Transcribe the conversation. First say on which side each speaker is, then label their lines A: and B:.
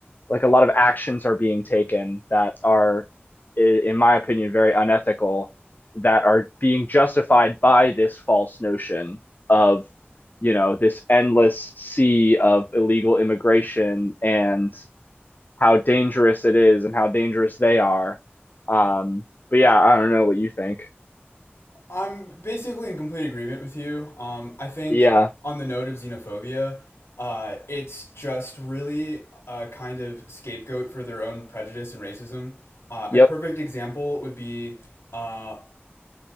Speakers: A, on the left; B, on the left.
A: like a lot of actions are being taken that are, i- in my opinion, very unethical, that are being justified by this false notion of, you know, this endless sea of illegal immigration and how dangerous it is and how dangerous they are. Um, but yeah, I don't know what you think.
B: I'm basically in complete agreement with you. Um, I think
A: Yeah.
B: on the note of xenophobia, uh, it's just really a kind of scapegoat for their own prejudice and racism. Uh,
A: Yep.
B: a perfect example would be uh,